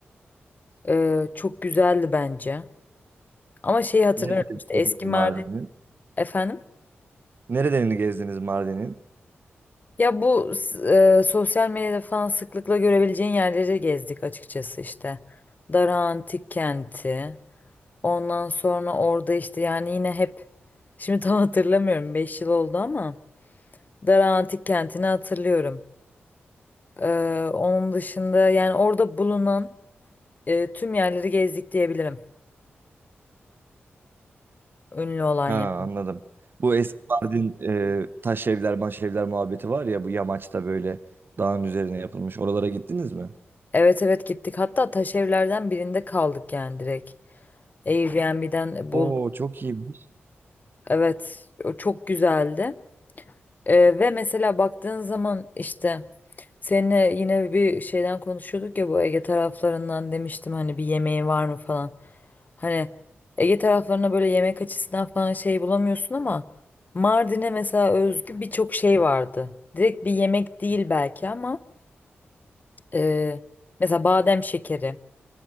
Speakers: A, on the left (about 40°); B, on the right (about 50°).
A: Ee, çok güzeldi bence. Ama şeyi hatırlıyorum
B: Nereye gidebilirim
A: işte eski Mardin
B: Mardin'e?
A: efendim.
B: Nerelerini gezdiniz Mardin'in?
A: Ya bu s- e, sosyal medyada falan sıklıkla görebileceğin yerleri gezdik açıkçası işte. Dara Antik Kenti. Ondan sonra orada işte yani yine hep şimdi tam hatırlamıyorum 5 yıl oldu ama Dara Antik Kenti'ni hatırlıyorum. Ee, onun dışında yani orada bulunan e, tüm yerleri gezdik diyebilirim. Ünlü olan
B: Ha
A: yer.
B: anladım. Bu eski Mardin e, taş evler, maş evler muhabbeti var ya bu yamaçta böyle dağın üzerine yapılmış. Oralara gittiniz mi?
A: Evet evet gittik. Hatta taş evlerden birinde kaldık yani direkt. Airbnb'den bulduk.
B: Oo çok iyiymiş.
A: Evet o çok güzeldi. Ee, ve mesela baktığın zaman işte seninle yine bir şeyden konuşuyorduk ya bu Ege taraflarından demiştim hani bir yemeği var mı falan. Hani Ege taraflarına böyle yemek açısından falan şey bulamıyorsun ama Mardin'e mesela özgü birçok şey vardı. Direkt bir yemek değil belki ama e, mesela badem şekeri.